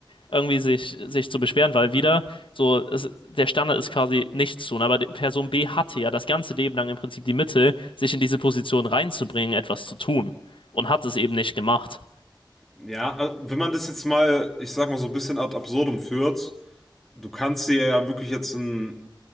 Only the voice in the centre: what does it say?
Ja, äh, wenn man das jetzt mal, ich sag mal, so ein bisschen ad absurdum führt, du kannst dir ja wirklich jetzt ein,